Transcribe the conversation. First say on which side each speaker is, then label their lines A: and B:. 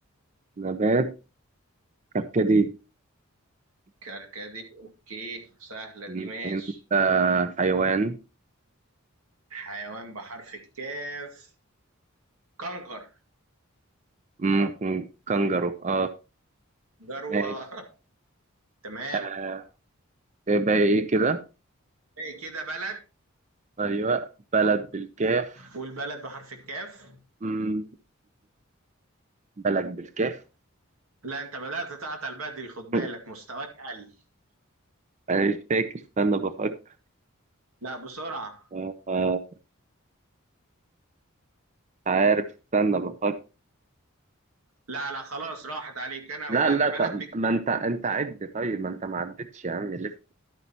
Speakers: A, on the right; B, on the right.
A: نبات كركديه
B: كركديه اوكي سهلة
A: م-
B: دي ماشي
A: انت حيوان
B: حيوان بحرف الكاف كنغر
A: ممكن كنجرو اه
B: جرو
A: ماشي
B: <laughs> تمام
A: آه يبقى ايه كده
B: ايه كده بلد
A: ايوه بلد بالكاف
B: والبلد بحرف الكاف
A: م- بلد بالكاف
B: لا انت بدأت تعطل بدري خد
A: <laughs>
B: بالك مستواك قل
A: انا مش فاكر استنى بفكر
B: لا بسرعة
A: آه آه، عارف استنى بفكر
B: لا لا خلاص راحت عليك انا اقول
A: لا لا
B: انا بلد
A: طب
B: بك
A: ما انت انت عد طيب ما انت ما عدتش يا عم لسه